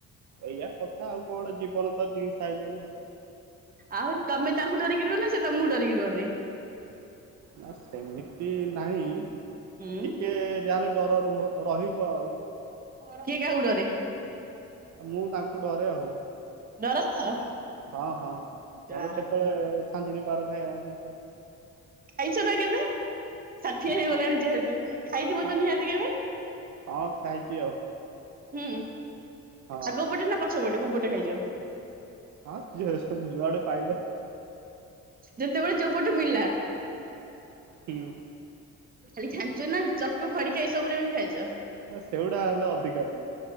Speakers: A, on the right; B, on the right.
A: ଏଇଆ କଥା ଆଉ କଣ ଜୀବନ ତ ଜି ସାରିଲେଣି ଆଉ।
B: ଆଉ ତମେ ତାଙ୍କୁ ଡରିକି ରୁହନ ନା ସେ ତୁମକୁ ଡରିକି ରୁହନ୍ତି?
A: ନା ସେମିତି ନାହିଁ
B: ହୁଁ
A: ଅତି ଟିକେ ଯାହେଲେ ଡର ରୁହ ରହିବ ଆଉ।
B: କିଏ କାହାକୁ ଡରେ?
A: ଆ ମୁଁ ତାଙ୍କୁ ଡରେ ଆଉ।
B: ଡର ତ
A: ହଁ ହଁ ନହେଲେ
B: ଯା
A: କେତେବେଳେ ଛାଞ୍ଚୁଡି ପାହାର ଖାଇବା ପାଇଁ
B: ଖାଇଛ ନା କେବେ ଷାଠିଏ ହେଇଗଲାଣି
A: ହଁ
B: ଯେହେତୁ ଖାଇଥିବ
A: ହଁ
B: ତ ନିହାତି କେବେ।
A: ହଁ ଖାଇଛି ଆଉ।
B: ହୁଁ
A: ହଁ
B: ଆଗ ପଟେ ନା ପଛ ପଟେ କୋଉ ପଟେ ଖାଇଛ?
A: ହଁ ଯିଏ ଯୁଆଡୁ ପାଇଲେ।
B: ଯେତେବେଳେ ଯୋଉ ପଟୁ ମିଳିଲା।
A: ହୁଁ।
B: ଖାଲି ଛାଞ୍ଚୁଣି ନା ଚଟୁ ଖଡିକା ଏଇସବୁରେ ବି ଖାଇଛ?
A: ନା ସେଗୁଡା ହେଲେ ଅଧିକା।